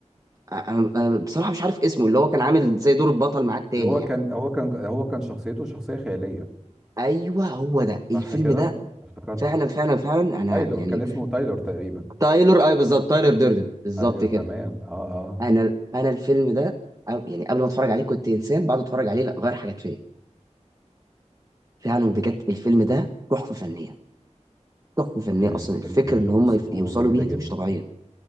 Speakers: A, on the right (about 25°); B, in the centre.
A: انا أنا بصراحة مش عارف اسمه اللي هو كان عامل زي دور البطل معاه التاني
B: اللي هو
A: يعني
B: كان هو كان هو كان شخصيته شخصية خيالية
A: ايوه هو ده الفيلم
B: صح كده
A: ده
B: افتكرته
A: فعلا فعلا فعلا انا
B: تايلور
A: يعني
B: كان اسمه تايلور تقريبا
A: تايلر اي بالظبط تايلر ديردن بالظبط
B: ايوه
A: كده
B: تمام اه اه
A: انا انا الفيلم ده أو يعني قبل ما اتفرج عليه كنت انسان بعد ما اتفرج عليه لا غير حاجات فيا فعلا بجد الفيلم ده تحفة فنية تحفة فنية
B: إيه،
A: اصلا
B: فيلم
A: الفكرة
B: جميل
A: اللي
B: وقصته
A: هم يف- يوصلوا
B: جميلة
A: بيها
B: جدا
A: دي مش طبيعية